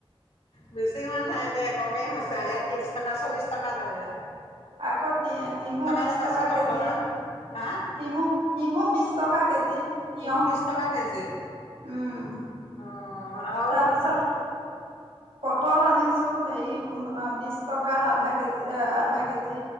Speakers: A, on the left; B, on the right.
A: বেছি হোৱা নাই দে কমেই হৈছে ইয়াত ত্ৰিশ টকা চল্লিশ টকা লয় ইয়াত
B: আকৌ তি তিহু বিশ
A: এটা পাইছ
B: টকা
A: তহঁতৰ
B: কেজি
A: তাত হা
B: তিহু তিহু বিশ টকা কেজি তিয়হ
A: কিহু বিছ টকা কেজি
B: উম
A: অ আৰু
B: তাৰপিছত পটল আনিছো হেৰি পোন্ধ বিশ টকাত আধা কেজি আধা কেজি